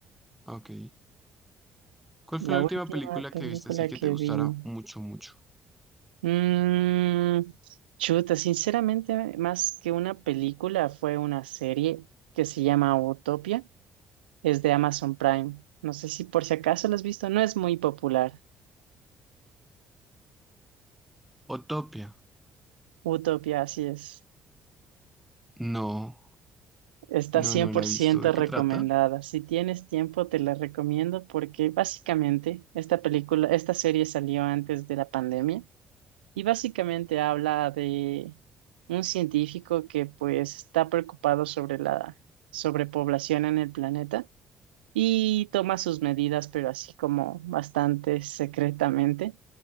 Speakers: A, in the centre; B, on the right.
A: ah, ok. ¿Cuál
B: la
A: fue la
B: última
A: última película
B: película
A: que viste así que
B: que
A: te gustara
B: vi.
A: mucho, mucho?
B: Mm, chuta, sinceramente, más que una película, fue una serie que se llama Utopia. Es de Amazon Prime. No sé si por si acaso la has visto, no es muy popular.
A: Utopia.
B: Utopia, así es.
A: No,
B: Está
A: no,
B: cien
A: no
B: por
A: la he
B: ciento
A: visto. ¿De
B: recomendada.
A: qué trata?
B: Si tienes tiempo, te la recomiendo porque básicamente esta película, esta serie salió antes de la pandemia Y básicamente habla de un científico que pues está preocupado sobre la sobrepoblación en el planeta y toma sus medidas, pero así como bastante secretamente.